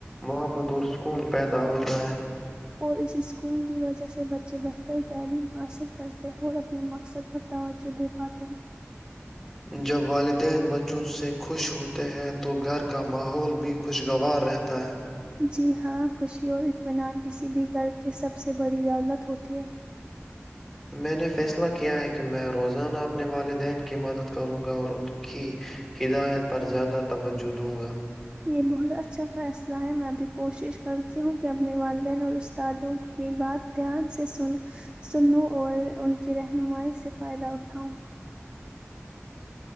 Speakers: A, in the centre; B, on the right.
A: محبت اور سکون پیدا ہوتا ہے
B: اور اس اسکول کی وجہ سے بچے بہتر تعلیم حاصل کرتے ہیں اور اپنے مقصد پر توجہ دے پاتے ہیں
A: جب والدین بچوں سے خوش ہوتے ہیں تو گھر کا ماحول بھی خوشگوار رہتا ہے
B: جی ہاں خوشی اور ط مینان کسی بھی گھر کے سب سب سے بڑی دولت ہوتی ہے
A: میں نے فیصلہ کیا ہے کہ میں روزانہ اپنے والدین کی مدد کروں گا اور ان کی ہدایت پر زیادہ توجہ دوں گا
B: یہ بہت اچھا فیصلہ ہے میں ابھی کوشش کرتی ہوں کہ اپنے والدین اور استادوں کی بات دھیان سے سن سنوں اور ان کی رہنمائی سے فائدہ اٹھاؤں